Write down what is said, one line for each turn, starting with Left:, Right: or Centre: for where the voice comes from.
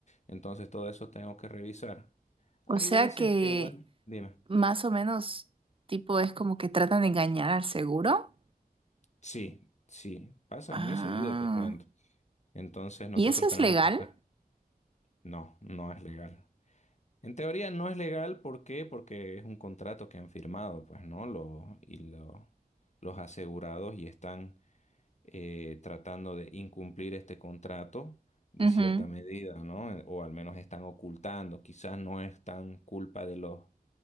Left: Entonces todo eso tengo que revisar.
Right: O
Left: Hay
Right: sea
Left: veces
Right: que...
Left: que, bueno, dime.
Right: Más o menos, tipo, es como que tratan de engañar al seguro.
Left: Sí, sí, pasa
Right: Ah,
Left: muy seguido, te cuento. Entonces nosotros
Right: ¿y eso es
Left: tenemos
Right: legal?
Left: que estar. No, no es legal. En teoría no es legal, ¿por qué? Porque es un contrato que han firmado, pues, ¿no? Lo- y lo- los asegurados y están eh, tratando de incumplir este contrato de
Right: Ujú.
Left: cierta medida, ¿no? O al menos están ocultando. Quizás no es tan culpa de los